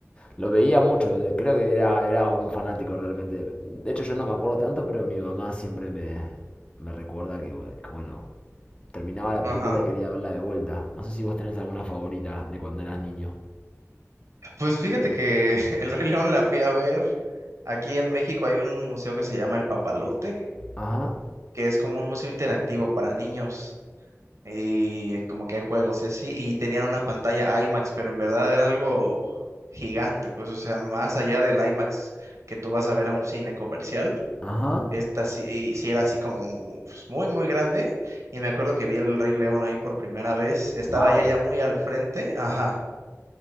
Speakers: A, on the left; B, on the right.
A: lo veía mucho, de- creo que era, era un fanático realmente. De hecho, yo no me acuerdo tanto, pero mi mamá siempre me, me recuerda que, bu- que, bueno, terminaba la
B: ajá.
A: película y quería verla de vuelta. No sé si vos tenés alguna favorita de cuando eras niño.
B: Pues fíjate que <laughs> El Rey León la fui a ver. Aquí en México hay un museo que se llama El Papalote,
A: Ajá,
B: que es como un museo interactivo para niños y como que hay juegos y así. Y tenían una pantalla IMAX, pero en verdad era algo gigante, pues, o sea, más allá del IMAX que tú vas a ver a un cine comercial.
A: ajá.
B: Esta sí, sí era así como mu- pues, muy, muy grande. Y me acuerdo que vi el Rey León ahí por primera vez. Estaba
A: Wow.
B: ya ya muy al frente. Ajá.